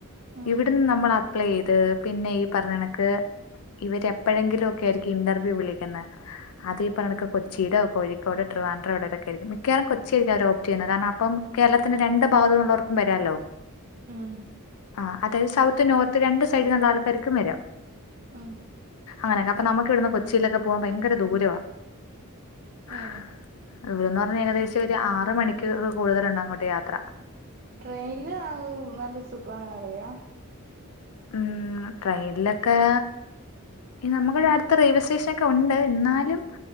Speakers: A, on the right (about 40°); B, on the left (about 75°).
A: ഉം
B: ഇവിടന്ന് നമ്മൾ അപ്ലൈയ്ത് പിന്നെ ഈ പറഞ്ഞണക്ക് ഇവര് എപ്പോഴെങ്കിലുക്കെ ആയിരിക്കും ഇന്റർവ്യൂ വിളിക്കുന്ന അത് ഈ പറേണക്ക് കൊച്ചിലോ കോഴിക്കൊടോ ട്രിവാൻഡ്രം എവിടേടെക്കായിരിക്കും മിക്കവാറും കൊച്ചി ആയിരിക്കും അവര് ഓപ്റ്റെയുന്നെ കാരണം അ ഇപ്പം കേരളത്തിന്റെ രണ്ട് ഭാഗത്തുള്ളവർക്കും വരാല്ലോ
A: ഉം
B: ആ അത് സൗത്ത്, നോർത്ത് രണ്ട് സൈഡിലുള്ള ആൾക്കാർക്കും വരാം.
A: ഉം
B: <unintelligible> നമ്മക്ക് ഇവ്ട്ന്ന് കൊച്ചിയിലെക്കെ പോവാൻ പയങ്കര ദൂരവാ. <unintelligible>
A: ഏ
B: പറഞ്ഞ ഏകദേശം ഒര് ആറ് മണിക്കൂർ കൂടുതലുണ്ട് അങ്ങോട്ട് യാത്ര
A: ട്രെയിൻല് ന നല്ല സുഖാണറിയാം
B: ഉം ട്രെയിനിലൊക്കെ നമ്മക്ക് ഇവടെ അടുത്ത റെയിൽവേ സ്റ്റേഷന് ഒക്കെ ഉണ്ട് ന്നാലും